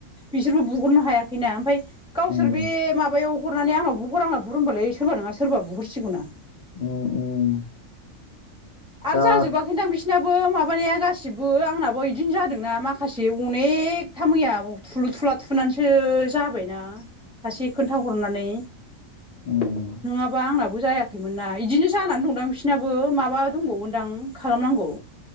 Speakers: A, in the centre; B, on the left.
A: बिसोरखौ बुहरनो हायाखैना ओमफाय गावसोर
B: उम
A: बे माबायाव हरनानै आंनाव बुहर आंनाव बुहर होनबालाय सोरबा नङा सोरबा बुहरसिगौ ना
B: उम उम
A: आरो
B: दा
A: जाजोबाखैदां बिसोना बो माबानाया गासिबो आंनाबो बिदिनो जादोंना माखासे अनेकथा मैया थुलुथु थुला थुनानैसो जाबायना सासे खोन्थाहरनानै
B: उम
A: नङाबा आंनाबो जाया खैमोनना इदिनो जानानै दंदां बिसिनाबो माबा दंबावगोनदां खालामनांगौ